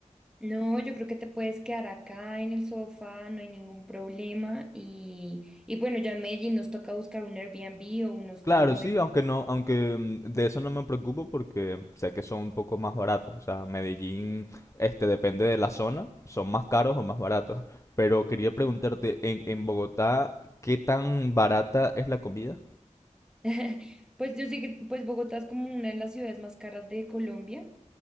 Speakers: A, in the centre; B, on the left.
A: No, yo creo que te puedes quedar acá en el sofá, no hay ningún problema. Y, y bueno, ya en Medellín nos toca buscar un Airbnb o un hostal
B: Claro,
A: donde...
B: sí, aunque no, aunque mm, de eso no me preocupo porque sé que son un poco más baratos. O sea, Medellín, este, depende de la zona, son más caros o más baratos. Pero quería preguntarte, en, en Bogotá, ¿qué tan barata es la comida?
A: <laughs> Pues yo sé que pues Bogotá es como una de las ciudades más caras de Colombia.